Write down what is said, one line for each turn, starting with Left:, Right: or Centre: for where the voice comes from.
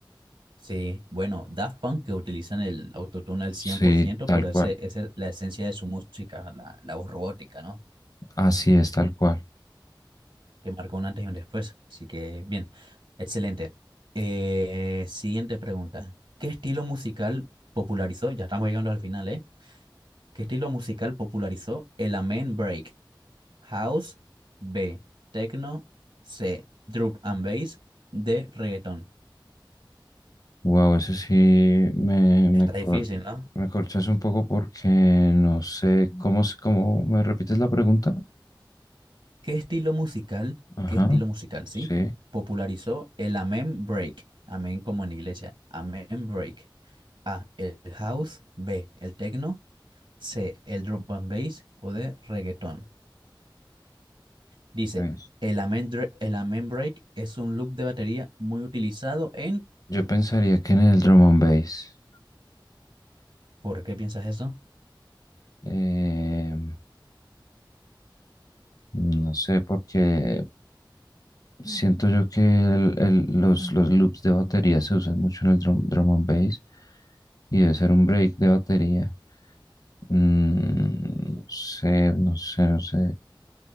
Right: sí. Bueno, Daft Punk que utilizan el autotune al cien
Left: Sí,
Right: por ciento,
Left: tal
Right: pero
Left: cual.
Right: ese, esa es la esencia de su música, la, la voz robótica, ¿no?
Left: Así es, tal cual.
Right: que marcó un antes y un después. Así que bien, excelente. Eh, siguiente pregunta. ¿Qué estilo musical popularizó? Ya estamos llegando al final, ¿eh? ¿Qué estilo musical popularizó el Amen Break? House, B, Techno, C, Drop and Bass, D, Reggaeton.
Left: Wow, ese sí me, me,
Right: Está
Left: cor-
Right: difícil, ¿no?
Left: me corchas un poco porque no sé cómo, se- cómo me repites la pregunta.
Right: ¿Qué estilo musical,
Left: Ajá,
Right: qué estilo musical, sí?
Left: sí.
Right: Popularizó el Amen Break. amen como en iglesia. Amen Break. A, el house, B, el techno, C, el drum and bass o de reggaetón. Dice,
Left: pues.
Right: el amen, dra- el amen break es un loop de batería muy utilizado en...
Left: Yo pensaría que en el drum and bass,
Right: ¿Por qué piensas eso?
Left: eh, no sé, porque siento yo que el- el- los, los loops de batería se usan mucho en el drum, drum and bass y debe ser un break de batería. Mm, no sé, no sé, no sé.